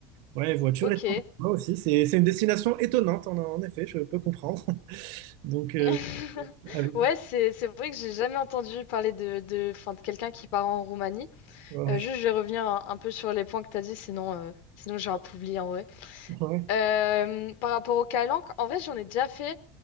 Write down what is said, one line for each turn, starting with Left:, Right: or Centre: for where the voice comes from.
Right: Ouais, voiture
Left: Ok.
Right: et temps, moi aussi, c'est c'est une destination étonnante, en, en effet, je peux comprendre. <laughs> Donc, euh,
Left: <laughs>
Right: avec-
Left: Ouais, c'est c'est vrai que j'ai jamais entendu parler de, de, enfin, de quelqu'un qui part en Roumanie.
Right: ouais,
Left: Euh, juste, je vais revenir un, un peu sur les points que tu as dit, sinon, euh, sinon j'ai un peu oublié en vrai.
Right: ouais.
Left: Euh, par rapport au Calanque, en vrai, j'en ai déjà fait,